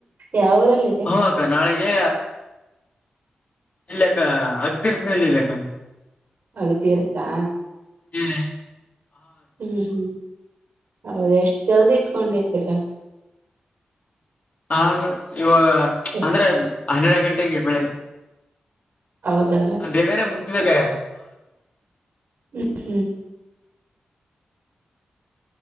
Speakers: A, on the right; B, on the left.
A: ಯಾವರಲ್ಲಿ
B: ಹಕ್ಕ ನಾಳೆಗೆ ಇಲ್ಲ ಅಕ್ಕ ಹತ್ತೀರ್ಥನಲ್ಲದೆಕ್ಕ
A: ಪಗತಿಯರ್ತಾ
B: ಹ್ಮ್
A: ಹ್ಮ್ ಹ್ಮ್ ಹೌದು ಎಷ್ಟ್ ಜಲ್ದಿ ಇಟ್ಕೊಂಡಿರ್ತೀರಾ
B: ಆ ಇವಾಗ
A: ಎಷ್ಟ್
B: ಅಂದ್ರೆ ಹನ್ನೆರಡು ಗಂಟೆಗೆ ಬೆಳಿಗ್
A: ಹೌದಾ
B: ಬೇಗಾನೆ ಮುದ್ದಿನಕ್ಕ
A: ಹ್ಮ್ ಹ್ಮ್